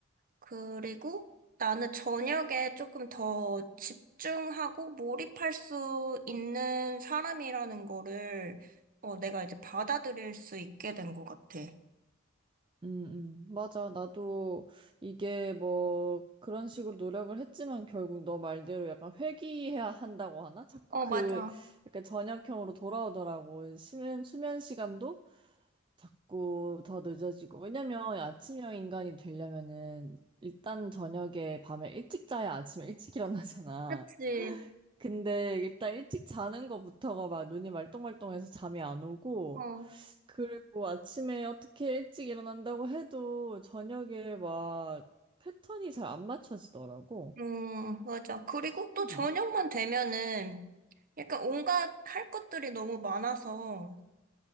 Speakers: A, on the right; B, on the right.
A: 그리고 나는 저녁에 조금 더 집중하고 몰입할 수 있는 사람이라는 거를 어 내가 이제 받아들일 수 있게 된 것 같아.
B: 음, 음. 맞아. 나도 이게 뭐 그런 식으로 노력을 했지만 결국 너 말대로 약간 회귀해야 한다고 하나? 자꾸
A: 어,
B: 그
A: 맞아.
B: 약간 저녁형으로 돌아오더라고. 수면, 수면 시간도 자꾸 더 늦어지고. 왜냐면 아침형 인간이 되려면은 일단 저녁에 밤에 일찍 자야 아침에 일찍 일어나잖아.
A: 그치.
B: 근데 일단 일찍 자는 거부터가 막 눈이 말똥말똥해서 잠이 안 오고,
A: 어.
B: 그리고 아침에 어떻게 일찍 일어난다고 해도 저녁에 막 패턴이 잘 안 맞춰지더라고.
A: 음, 맞아. 그리고 또
B: 음.
A: 저녁만 되면은 약간 온갖 할 것들이 너무 많아서